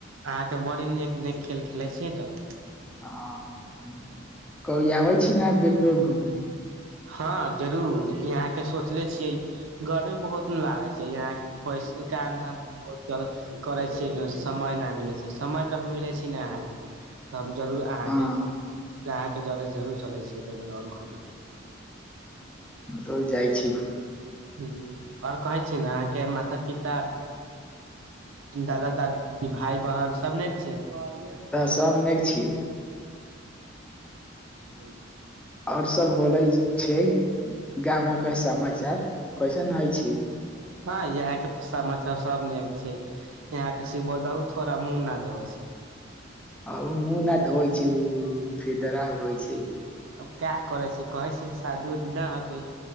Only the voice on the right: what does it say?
अहाँके बड़ी नीक नीक खेल खेलाए छीय तऽ
हँ जरूर इहाँके सोचले छियै गर्मी बहुतिन लागै छै यहाँ पै काम धन्ध करै छिय समय नै मिलै छै समय कभी मिले छै ने अहाँके तऽ हम जरूर अहाँके
अह के जरे जरूर चले छियै बंगुलौर घूमे
हू आओर कहै छी ने अहाँके माता पिता दादा दादी भाय बहन सबनै छिय काम
<unintelligible>
ह इह के तऽ समाचार सब नेक छै यहां के सि बो दहु थोड़ा मुंह न धोेवै छै
अब का करे छै कहै छी शादी उदी न होतै